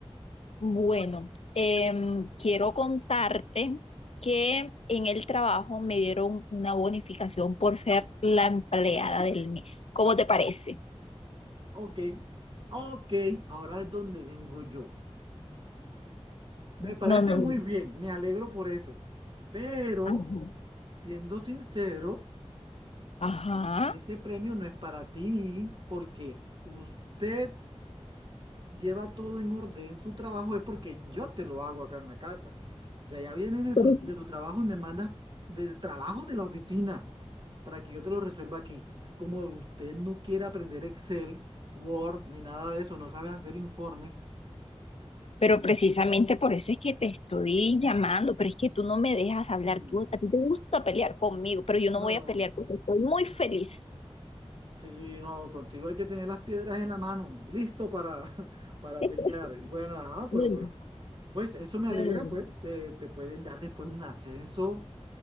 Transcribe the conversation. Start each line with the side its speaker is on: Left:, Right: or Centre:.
Left: Bueno, em, quiero contarte que en el trabajo me dieron una bonificación por ser la empleada del mes. ¿Cómo te parece?
Right: Ok, ok, ahora es donde vengo yo. Me parece
Left: No, no. no.
Right: muy bien, me alegro por eso. Pero,
Left: Ajá.
Right: siendo sincero,
Left: Ajá.
Right: ese premio no es para ti porque usted lleva todo en orden su trabajo es porque yo te lo hago acá en la casa. O sea, ya vienes de
Left: Pero
Right: tu, de tu trabajo y me mandas del trabajo de la oficina para que yo te lo resuelva aquí. Como usted no quiere aprender Excel, Word, ni nada de eso, no sabes hacer informes.
Left: pero precisamente por eso es que te estoy llamando, pero es que tú no me dejas hablar,
Right: mm,
Left: tú, a ti te gusta pelear conmigo, pero yo no
Right: no,
Left: voy a pelear porque estoy muy feliz.
Right: sí, no, contigo hay que tener las piedras en la mano, listo para, <laughs> para
Left: <laughs>
Right: pelear. Y bueno, ajá, pero
Left: No,
Right: pues, pues eso me
Left: no,
Right: alegra,
Left: no, no.
Right: pues te, te pueden dar después un ascenso